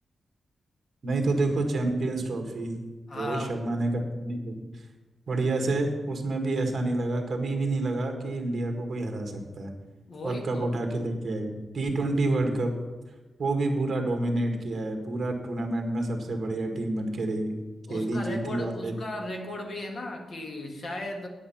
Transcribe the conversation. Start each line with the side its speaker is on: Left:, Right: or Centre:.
Right: नहीं तो देखो चैंपियंस ट्रॉफी
Left: हाँ
Right: रोहित शर्मा ने कप्तानी करी बढ़िया से उसमें भी ऐसा नहीं लगा कभी भी नहीं लगा कि इंडिया को कोई हरा सकता है
Left: वही
Right: और कप
Left: तो
Right: उठा के लेके आई टी ट्वेंटी वर्ल्ड कप वो भी पूरा डोमिनेट किया है पूरा टूर्नामेंट में सबसे बढ़िया टीम बन के रही खेली
Left: उसका रिकॉर्ड
Right: जीती और
Left: उसका
Right: लेके
Left: रिकॉर्ड भी है ना कि शायद